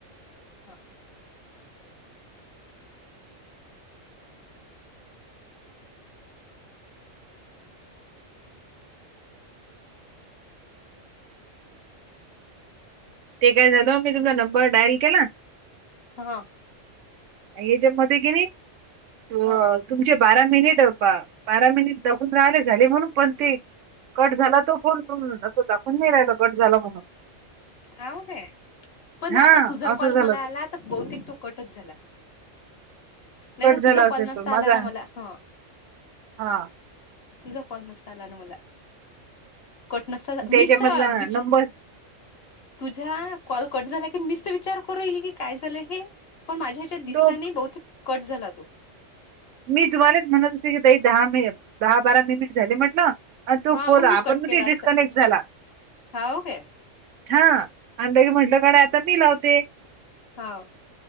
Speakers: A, on the left; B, on the right.
A: <unintelligible>
B: ते काय झालं मी तुमचा नंबर डायल केला.
A: हा.
B: याच्या मध्ये किनी तू.
A: हा
B: तुमचे बारा मिनिट बारा मिनिट दगून राहाले झाले म्हणून पण ते. कट झाला तो फोन पण, अस दाखून नाही राहिला कट झाला म्हणून
A: हव का पण
B: हा
A: आता तुझा
B: असं
A: कॉल
B: झालं
A: मला
B: ते
A: आला, आता बहतेक तो कटच झाला नाही
B: कट
A: ना
B: झाला
A: तुझा
B: असेल
A: कॉल नसता
B: तो माझा
A: आला ना मला ह
B: हा
A: तुझा कॉल नसता आला ना मला कट नसता मीस
B: त्याच्यामधला
A: तर विच
B: नंबर
A: तुझा कॉल कट झाला की मी विचार करून राहिली की काय झालं हे पण माझ्या दिसला
B: तो
A: नाही बहुते कट झाला तो
B: मी तुम्हालाच म्हणत होते की तई दहा मि दहा बारा मिनिट झाले म्हटलं. आणि तू
A: हा
B: फोन
A: मग
B: आपण
A: मी कट
B: कती
A: केला
B: डिस्कनेक्ट
A: असता
B: झाला.
A: हाव काय
B: <inaudible> हा, आणिंदे म्हटलं काडे आता मी लावते-
A: हा.